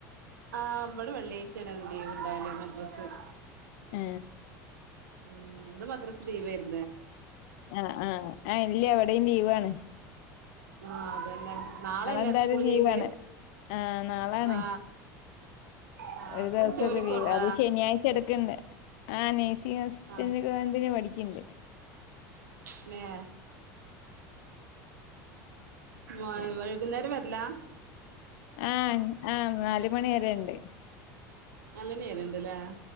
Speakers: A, on the right; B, on the left.
A: ആ നമ്മുടെ പള്ളിയിൽ ചിലത് ലീവ് ഉണ്ടാവില്ല മദ്രസേല്
B: ആ
A: ഉം, ഇന്ന് മദ്രാസ് ലീവ് ആയിരുന്നു
B: ആ, ആ, ഇല്ല, അവിടെയും ലീവ് ആണ്
A: ആ, അതന്നെ നാളെ അല്ലേ
B: എന്തായാലും
A: സ്കൂൾ ലീവ്,
B: ലീവാണ് ആഹ് നാളാണ്
A: ആ ആഹ്
B: ഒരു
A: ഇന്ന്
B: ദിവസം
A: ജോലിക്കോണ്ടാ
B: ഇത് അത് ശനിയാഴ്ച എടുക്കണ്ട് ആ <unintelligible>
A: ആഹ്
B: പഠിക്കണ്ട്
A: <unintelligible> അ വൈകുന്നേരം വരില്ല
B: ആ ആ, നാല് മണി വരെ ഉണ്ട്
A: നല്ല നേരൊണ്ടല്ലാ,